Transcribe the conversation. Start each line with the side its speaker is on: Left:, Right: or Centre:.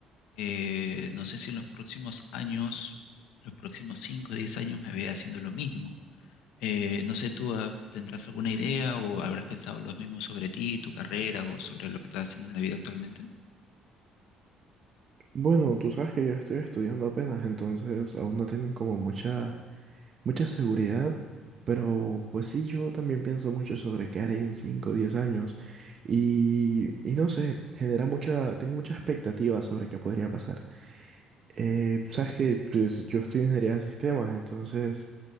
Left: Eh, no sé si en los próximos años, los próximos 5 o 10 años me vea haciendo lo mismo. Eh, no sé, ¿tú ah, tendrás alguna idea o habrás pensado lo mismo sobre ti, tu carrera o sobre lo que estás haciendo en la vida actualmente?
Right: Bueno, tú sabes que yo estoy estudiando apenas, entonces aún no tengo como mucha, mucha seguridad, pero pues sí, yo también pienso mucho sobre qué haré en 5, o 10 años y, y no sé, genera mucha, tengo mucha expectativa sobre qué podría pasar. Eh, sabes que pues, yo estudio ingeniería de sistemas, entonces